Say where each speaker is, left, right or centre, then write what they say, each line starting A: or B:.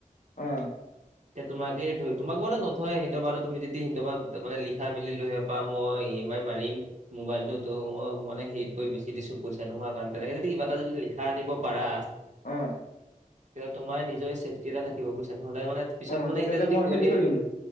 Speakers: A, on the left (about 70°); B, on the right (about 60°).
A: অঁ'
B: এ তোমাকে ধৰি তোমাক মানে নথয় হিনতৰবাৰ তুমি যদি সিন্ট বাৰ মানে লিখাই মেলি লৈ আহিব বা- মই ই ইএ মাই মাৰিম। মোবাইলটোতো মই মানে হেৰিতকৈ বেছি দিছো পইচা নোহোৱা কাৰণে তেনেকে যদি কিবা এটা যদি লিখা আনিব পাৰা-
A: অঁ'
B: তেতিয়া তোমাৰে নিজৰে চেফটি এ থাকিব বুজছা নহলে মানে- পিছত
A: অঁ
B: মানে
A: তেতিয়াহ'লে
B: সিহঁতে যদি
A: মই
B: কৈ
A: হেৰি
B: দিয়ে
A: কৰিম